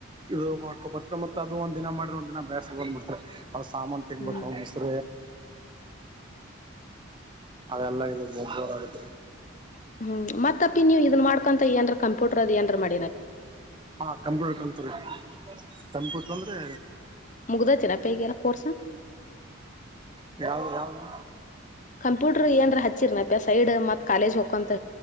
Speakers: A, on the right; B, on the left.
A: ಇದು ಹೊಕೊ ಬರ್ತಾರೆ ಮತ್ತತ್ ಅದು ಒಂದ್ ದಿನ ಮಾಡ್ರಿ ಒಂದ್ ದಿನ ಬೇಸರ ಬಂದ್ ಬಿಡ್ತಾರೆ. ಅ ಸಾಮಾನ ತಿಕ್ಕಾಬೇಕ.
B: ಹ್ಮ್
A: ಅದೆಲ್ಲ ಇದು ಗೊಬರ ಆಗತ್ ರೀ.
B: ಹ್ಮ್ ಮತ್ತಪ್ಪಿ ನೀವು ಇದ್ನ್ ಮಾಡ್ಕಂತ ಏನ್ರ ಕಂಪ್ಯೂಟರ್ ಅದ ಏನ್ ಮಾಡಿ.
A: ಹಾ ಕಂಪ್ಯೂಟರ್ <inaudible> ಕಂಪ್ಯೂಟರ್ ಅಂದ್ರೆ.
B: ಮುಗ್ದೈತೆ ಏನಾ ಪೀ ಈಗಿನ್ ಕೋರ್ಸ್.
A: ಯಾವ ಯಾವದು.
B: ಕಂಪ್ಯೂಟರು ಏನರ ಹಚ್ಚಿರನಪ್ಪ್ಯ ಸೈಡ್ ಮತ್ತು ಕಾಲಜ್ ಹೋಗಕಂತ.